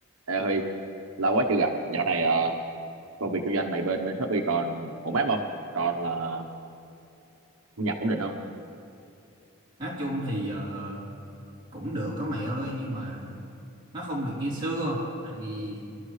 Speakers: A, on the right; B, on the right.
A: Ê Huy, lâu quá chưa gặp. Dạo này ờ, công việc kinh doanh mày bên bên Shopee còn ổn áp không? Còn là thu nhập ổn định không?
B: nói chung thì ờ, cũng được đó mày ơi nhưng mà nó không được như xưa tại vì